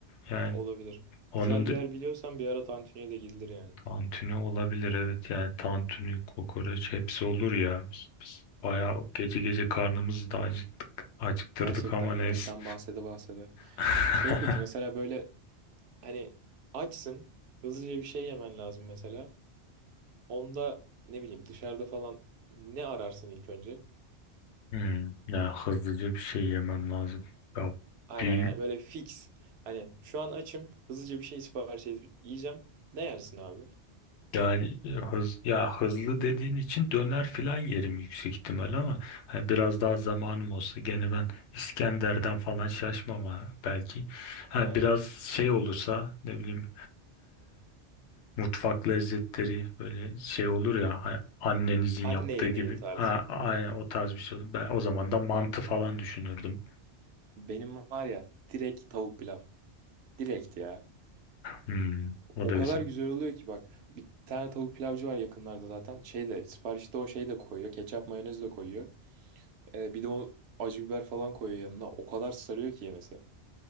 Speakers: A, on the left; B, on the right.
A: Yani
B: Olabilir.
A: Onun
B: Güzel bir
A: da-
B: yer biliyorsan bir ara tantuniye de gidilir yani.
A: tantuni olabilir evet yani tantuni, kokoreç hepsi olur ya. Biz, biz bayağı gece gece karnımızı da acıktık, acıktırdık
B: Gerçekten
A: ama
B: yemekten
A: neyse.
B: bahsede bahsede.
A: <laughs>
B: Şey peki mesela böyle hani açsın hızlıca bir şey yemen lazım mesela. Onda ne bileyim dışarıda falan ne ararsın ilk önce?
A: Hmm, ya hızlıca bir şey yemem lazım. Ya
B: Aynen
A: bil-
B: yani böyle fix. Hani şu an açım hızlıca bir şey sipariş edip yiyeceğim. Ne yersin abi?
A: yani e, hız ya hızlı dediğin için döner filan yerim yüksek ihtimal ama hani biraz daha zamanım olsa gene ben İskender'den falan şaşmam ha belki. Ha
B: Ha,
A: biraz şey olursa ne bileyim Mutfak lezzetleri böyle şey olur ya ha- annenizin
B: anne
A: yaptığı
B: yemeği
A: gibi.
B: tarzı.
A: Ha, aynen o tarz bir şey olur. Ben o zaman da mantı falan düşünürdüm.
B: Benim var ya direkt tavuk pilav. Direkt ya.
A: Hmm, o
B: O
A: da
B: kadar
A: güzel.
B: güzel oluyor ki bak. Bir tane tavuk pilavcı var yakınlarda zaten. Şey de siparişte o şey de koyuyor. Ketçap mayonez de koyuyor. Ee, bir de o acı biber falan koyuyor yanına. O kadar sarıyor ki yemesi.